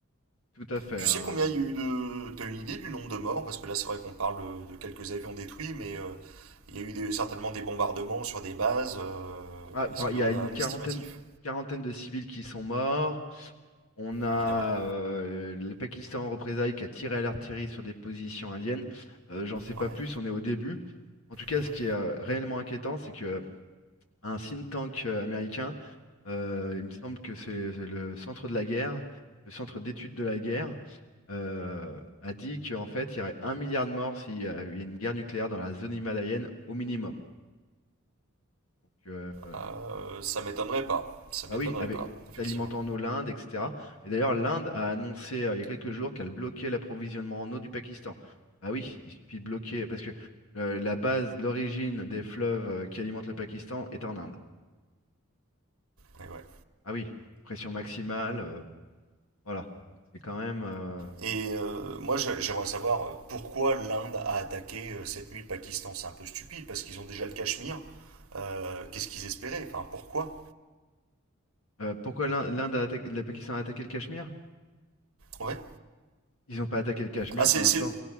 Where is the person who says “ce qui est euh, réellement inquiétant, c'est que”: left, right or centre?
Left